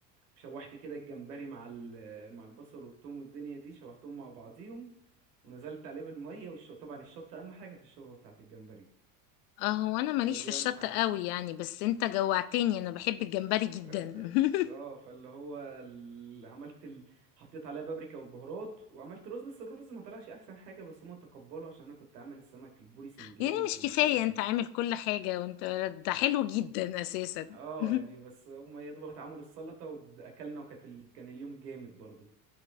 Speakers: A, on the right; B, on the left.
A: وشوحت كده الجمبري مع ال- مع البصل والثوم والدنيا دي شوحتهم مع بعضيهم ونزلت عليه بالميه والش... طبعا الشطه اهم حاجه في الشوربه بتاعت الجمبري
B: اه هو انا ماليش
A: ده- دي
B: في الشطة
A: اهم حاجه
B: قوي يعني بس انت جوعتني انا بحب الجمبري جدا
A: <laughs>
B: <laughs>
A: اه فاللي هو ال- عملت ال... حطيت عليها بابريكا والبهارات وعملت رز بس الرز ما طلعش احسن حاجه بس هما تقبلوا عشان انا كنت عامل السمك البوري سنجاري
B: يعني
A: وفي
B: مش
A: الفرن
B: كفاية انت عامل كل حاجة وانت ده حلو جدا اساسا
A: اه
B: <laughs>
A: يعني بس هم يا دوب اتعملوا السلطة واكلنا وكانت ال... كان اليوم جامد برضو